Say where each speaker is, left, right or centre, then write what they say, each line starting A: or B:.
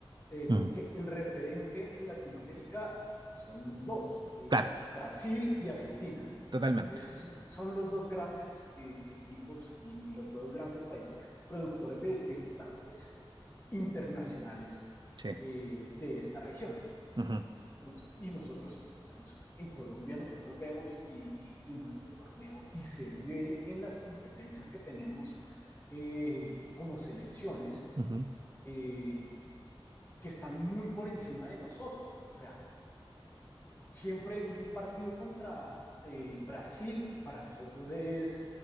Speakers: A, on the left; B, on the right.
A: eh,
B: Mm,
A: como que el referente en Latinoamérica son dos, eh,
B: Claro,
A: Brasil y Argentina.
B: totalmente.
A: Esos son los dos grandes eh, equipos y, y, los dos grandes países productores de, de jugadores internacionales
B: Sí.
A: eh, de esta región.
B: Ujú,
A: Entonces, y nosotros, digamos, en Colombia nosotros vemos y, y- y nuestro torneo y se ve en las competencias que tenemos eh, como selecciones
B: ujú.
A: eh, que están muy por encima de nosotros. O sea, siempre un partido contra eh, Brasil para nosotros es